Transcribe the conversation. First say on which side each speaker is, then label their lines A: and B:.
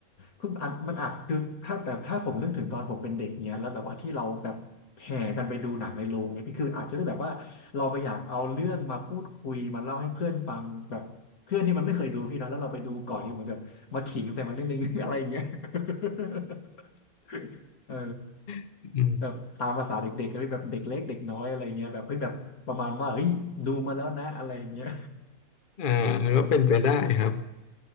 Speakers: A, on the left; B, on the left.
A: คืออัดมันอัดคือถ้าแต่ถ้าผมนึกถึงตอนผมเป็นเด็กเนี้ยแล้วแบบว่าที่เราแบบแห่กันไปดูหนังในโรงเนี่ยพี่คืออาจจะได้แบบว่าเราไปอยากเอาเรื่องมาพูดคุยมาเล่าให้เพื่อนฟังแบบเพื่อนที่มันไม่เคยดูพี่เนาะแล้วเราไปดูก่อนเนี่ยเหมือนแบบมาขิงใส่มันนิดนึง <laughs> อะไรอย่างเงี้ย <laughs> เออ
B: ๆ <laughs> อืม
A: แบบตามภาษาเด็กๆก็เป็นแบบเด็กเล็กเด็กน้อยอะไรเงี้ยแบบเฮ้ยแบบประมาณว่าเฮ้ยดูมาแล้วนะอะไรเงี้ย
B: อ่าก็เป็นไปได้ครับ